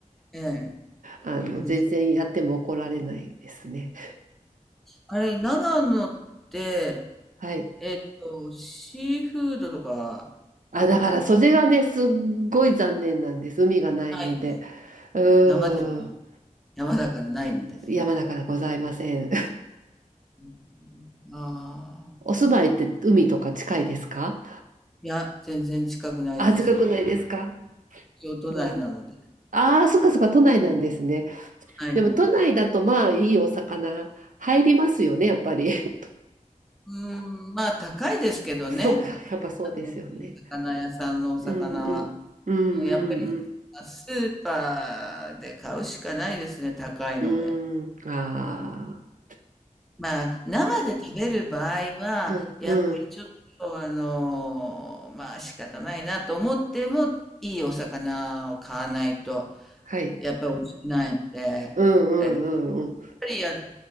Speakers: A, in the centre; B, on the right.
A: ええ、
B: あの、
A: いいです。
B: 全然やっても怒られないですね。
A: あれ、長野って、
B: はい。
A: えっと、シーフードとか
B: あ、だから、それがね、すっごい残念なんです。海がないので。
A: ないんです。
B: うーん。
A: 生ですね。山だからないんですね。
B: 山だからございません。
A: うん、ああ。
B: <laughs> お住まいって海とか近いですか
A: いや、全然近くないです。
B: あ、近くないですか
A: 京都内なので、
B: もう。ああ、そっかそっか、都内なんですね。
A: はい、
B: でも都内だとまあいいお魚入りますよね、
A: なんです。
B: やっぱり。<laughs>
A: うーん、まあ高いですけどね、
B: そうか、やっぱそうですよね。
A: あの、いい魚屋さんのお魚は。
B: うんうん。うんうん
A: もうやっぱり、スーパーで買うしかないですね、高いので。
B: うん。うん。ああ。
A: うん、まあ、生で食べる場合は、
B: うんうん。
A: やっぱりちょっと、あの、まあ仕方ないなと思っても、いいお魚を買わないと、
B: はい。
A: やっぱり美味しくないので、
B: うんうんうんうん。
A: あれぱりあの、